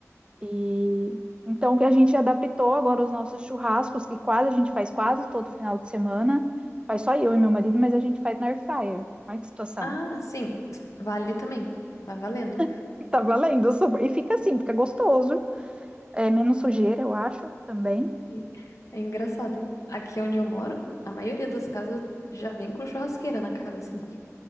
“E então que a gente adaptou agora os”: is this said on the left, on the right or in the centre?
Right